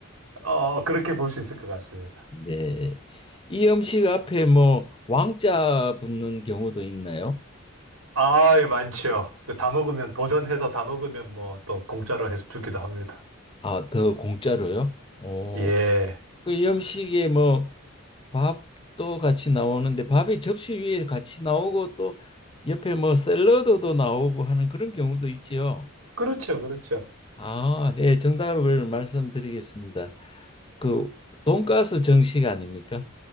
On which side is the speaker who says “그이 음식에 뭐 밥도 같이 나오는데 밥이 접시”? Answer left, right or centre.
Left